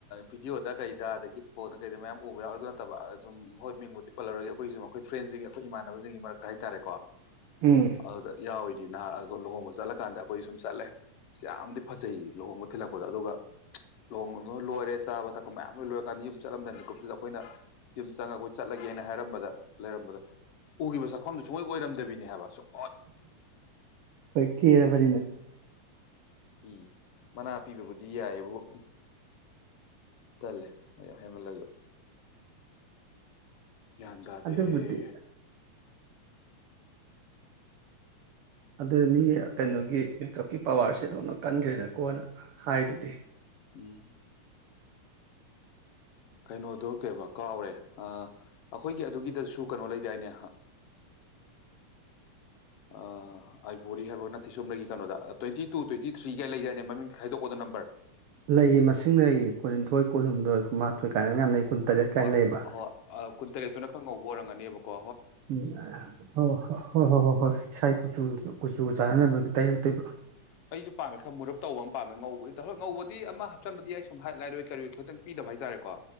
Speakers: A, on the left; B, on the right.
A: ꯕꯤꯗꯤꯑꯣꯗ ꯀꯩꯗ ꯑꯗꯒꯤ ꯐꯣꯟꯗ ꯀꯩꯗ ꯃꯌꯥꯝ ꯎꯕ ꯌꯥꯎ ꯑꯗꯨ ꯅꯠꯇꯕ ꯁꯨꯝ ꯍꯣꯏ ꯃꯤꯡꯕꯨꯗꯤ꯫ ꯄꯜꯂꯔꯒꯣꯏꯒꯦ ꯑꯩꯈꯣꯏꯁꯨ ꯃꯈꯣꯏ ꯐ꯭ꯔꯦꯟꯁꯤꯡ ꯑꯩꯈꯣꯏ ꯏꯃꯥꯟꯅꯕꯁꯤꯡꯒꯤ ꯃꯔꯛꯇ ꯍꯥꯏꯇꯥꯔꯦꯀꯣ
B: ꯎꯝ
A: ꯑꯗꯨꯗ ꯌꯥꯎꯋꯤꯅꯤ ꯅꯍꯥꯟ ꯂꯨꯍꯣꯡꯕ ꯆꯠꯂꯀꯥꯟꯗ ꯑꯩꯈꯣꯏ ꯁꯨꯝ ꯆꯠꯂꯦ ꯏꯁ ꯌꯥꯝꯗꯤ ꯐꯖꯩꯌꯦ ꯂꯨꯍꯣꯡꯕ ꯊꯤꯜꯂꯛꯄꯗ ꯑꯗꯨꯒ ꯂꯨꯍꯣꯡꯕ ꯃꯥ ꯂꯣꯏꯔꯦ ꯆꯥꯕ ꯊꯛꯄ ꯃꯌꯥꯝ ꯂꯣꯏ ꯂꯣꯏꯔꯀꯥꯟꯗ ꯌꯨꯝ ꯆꯠꯂꯝꯗꯥꯏ ꯃꯤꯀꯨꯞꯁꯤꯗ ꯑꯩꯈꯣꯏꯅ ꯌꯨꯝ ꯆꯪꯉꯒ ꯑꯩꯈꯣꯏ ꯆꯠꯂꯒꯦꯅ ꯍꯥꯏꯔꯝꯃꯒ ꯂꯩꯔꯝꯕꯗ ꯎꯒꯤꯕ ꯁꯛꯐꯝꯗꯣ ꯁꯨꯡꯑꯣꯏ ꯑꯣꯏꯔꯝꯗꯕꯤꯅꯦ ꯍꯥꯏꯕ ꯁꯨꯒ
B: ꯍꯣꯏ ꯀꯦꯔꯕꯅꯤꯅ
A: <unintelligible> ꯃꯅꯥ ꯄꯤꯕꯕꯨꯗꯤ ꯌꯥꯏꯌꯦꯕꯨ ꯎꯪ ꯇꯜꯂꯦ ꯍꯣꯏ ꯍꯥꯃꯜꯂꯁꯨ ꯒꯌꯥꯟ ꯇꯥꯗꯦꯍꯦ
B: ꯑꯗꯨꯕꯨꯗꯤ ꯑꯗꯨ ꯃꯤ ꯀꯩꯅꯣꯒꯤ ꯃꯦꯀꯞꯀꯤ ꯄꯋꯥꯔꯁꯦ ꯑꯗꯨꯛꯅ ꯀꯟꯈ꯭ꯔꯦꯗꯀꯣꯅ ꯍꯥꯏꯗꯨꯗꯤ
A: ꯎꯝ ꯀꯩꯅꯣꯗꯣ ꯀꯩꯕ ꯀꯥꯎꯔꯦ ꯑꯥ ꯑꯩꯈꯣꯏꯒꯤ ꯑꯗꯨꯒꯤꯗꯁꯨ ꯀꯩꯅꯣ ꯂꯩꯗꯥꯏꯅꯦ ꯑꯥ ꯑꯩꯥꯏ ꯕꯣꯔꯤ ꯍꯥꯏꯕꯔꯣ ꯅꯠꯇꯦ ꯆꯨꯃꯅꯒꯤ ꯀꯩꯅꯣꯗ ꯇ꯭ꯣꯋꯇꯤ ꯇꯨ ꯇ꯭ꯣꯋꯇꯤ ꯊ꯭ꯔꯤ ꯀꯥꯏ ꯂꯩꯗꯥꯏꯅꯦ ꯃꯃꯤꯡ ꯈꯥꯏꯗꯣꯛꯄꯗꯣ ꯅꯝꯕꯔ
B: ꯂꯩꯌꯦ ꯃꯁꯤꯡ ꯂꯩꯌꯦ ꯀꯨꯟꯅꯤꯊꯣꯏ ꯀꯨꯟꯍꯨꯝꯗꯣꯏ ꯃꯥꯊꯣꯏ ꯀꯥꯏꯅ ꯃꯌꯥꯝ ꯂꯩ ꯀꯨꯟꯇꯔꯦꯠ ꯀꯥꯏꯅ
A: ꯍꯣꯏ
B: ꯂꯩꯌꯦꯕ
A: ꯑꯍꯣꯏ ꯑ ꯀꯨꯟꯇꯔꯦꯠꯇꯨꯅ ꯈꯔ ꯉꯧꯕ ꯑꯣꯏꯔꯝꯒꯅꯤꯕꯀꯣ
B: ꯎꯝ ꯑ ꯑ ꯍꯣ ꯍꯣꯏ ꯍꯣꯏ ꯍꯣꯏ ꯍꯣꯏ ꯏꯁꯥꯏ ꯀꯨꯆꯨ ꯀꯨꯆꯨꯒ ꯆꯥꯟꯅꯅꯕꯒꯤ ꯇꯩꯔꯛꯇꯣꯏꯕ
A: ꯑꯩꯁꯨ ꯄꯥꯝꯃꯦ ꯈꯔ ꯃꯨꯔꯞ ꯇꯧꯕ ꯑꯃ ꯄꯥꯝꯃꯦ ꯉꯧꯕꯗꯤ ꯉꯧꯕꯗꯤ ꯑꯃ ꯍꯥꯞꯆꯟꯕꯗꯤ ꯌꯥ ꯁꯨꯝ ꯍꯥꯏꯂꯥꯏꯠꯑꯣꯏ ꯀꯔꯤꯑꯣꯏ ꯈꯤꯇꯪ ꯄꯤꯅꯕ ꯍꯥꯏꯇꯥꯔꯦꯀꯣ